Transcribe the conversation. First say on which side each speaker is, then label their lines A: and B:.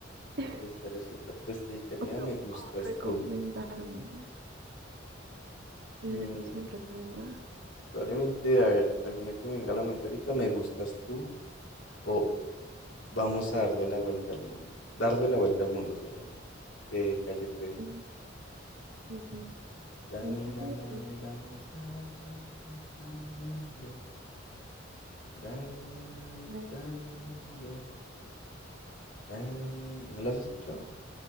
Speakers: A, on the right; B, on the left.
A: <laughs>
B: esa, esa, esta peste de caridad
A: O no,
B: me gustas
A: o recomendármela.
B: tú.
A: Y
B: Mm,
A: una canción recomendada.
B: Probablemente, a ver, alguna que me venga a la mente ahorita, me gustas tú o vamos a darle la vuelta al mundo. Darle la vuelta al mundo se llama, de calle 13.
A: Mm, sí, sí.
B: Dame
A: ¿Te gusta
B: la
A: Calle
B: mano
A: trece
B: y vamos a darle la vuelta al mundo. Darle
A: Sí,
B: la vuelta
A: sí La he escuchado.
B: al mundo. Darle... ¿No la has escuchado?